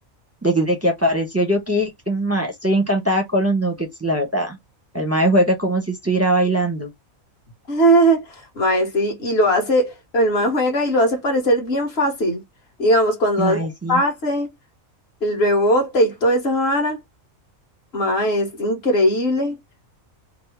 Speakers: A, on the right (about 15°); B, on the left (about 50°).
A: desde que apareció Jokic, mae, estoy encantada con los Nuggets, la verdad. El mae juega como si estuviera bailando.
B: <laughs> Mae, sí, y lo hace, el mae juega y lo hace parecer bien fácil. Digamos, cuando
A: Mae,
B: hace el
A: sí.
B: pase, el rebote y toda esa vara, mae, es increíble.